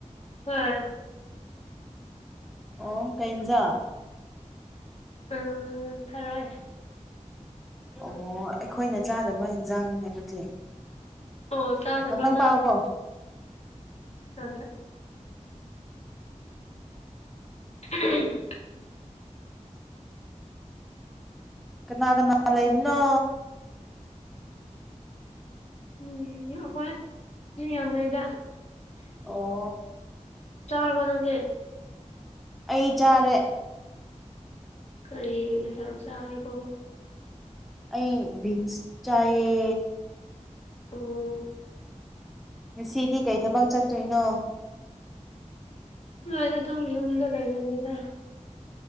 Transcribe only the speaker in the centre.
ꯑꯣ ꯀꯩ ꯍꯤꯟꯖꯥꯡ
ꯑꯣ ꯑꯩꯈꯣꯏꯅ ꯆꯥꯗꯕ ꯏꯟꯁꯥꯡꯅꯤꯅꯦ ꯑꯗꯨꯗꯤ
<unintelligible> ꯄꯥꯏꯌꯨꯀꯣ
ꯀꯅꯥ ꯀꯅꯥ ꯂꯩꯕꯅꯣ
ꯑꯣ
ꯑꯩ ꯆꯥꯔꯦ
ꯑꯩ ꯕꯤꯟꯁ ꯆꯥꯏꯌꯦ
ꯉꯁꯤꯗꯤ ꯀꯩ ꯊꯕꯛ ꯆꯠꯇꯣꯏꯅꯣ